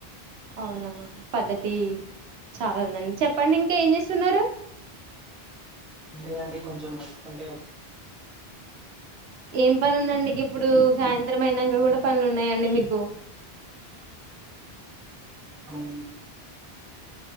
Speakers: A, on the right; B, in the centre.
A: అవునా పద్ధతి చాలా ఉందండి చెప్పండి ఇంకా ఏం చేస్తున్నారు
B: లేదండి కొంచెం వర్కుంటే
A: ఏం పని ఉందండి గిప్పుడు సాయంత్రమైనంగా కూడా పనులున్నాయండి మీకు
B: అవ్